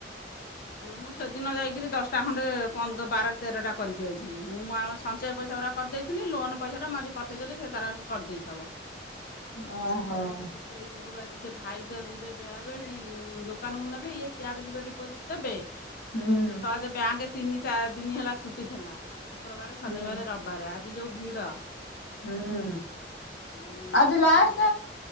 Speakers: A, on the left; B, on the left.
A: ମୁଁ ସେଦିନ ଯାଇକିରି ଦଶ ଟା ଖଣ୍ଡେ ପନ୍ଦ ବାର ତେରଟା କରିକି ଆାଇଥିଲି ମୁଁ ଆମ ସଞ୍ଚୟ ପଇସା ଗୁରା କରିଦେଇଥିଲି ଲୋନ୍ ପଇସାଟା ମୁଁ ଆଜି ପଠେଇଦେଲି ସେ ତାର ଆଜି କରିଦେଇଥବ।
B: ଓହୋ।
A: ମୁଁ କହିଲି ସେ ସେଇ ଯୁଗୁରୁ ଆଜି ସେ ଭାଇ ଜ ଯିବେ ବେଳା ବେଳି ଦୋକାନ କୁ ନେବେ ଇଏ ସେଆରେ ଯିବେ ଡିପୋଜିଟ ଦେବେ।
B: ହୁଁ
A: ସହଜ ବ୍ୟାଙ୍କେ ତିନି ଚାରି ଦିନ ହେଲା ଛୁଟି ଥିଲା ଶୁକ୍ରବାରେ ଶନିବାରେ
B: ହୁଁ
A: ରବ ବାରେ ଆଜି ଯୋଉ ଭିଡ।
B: ହୁଁ
A: ହୁଁ
B: ଆଜି
A: ସେ
B: ଲାଷ୍ଟ
A: ସେଇଟ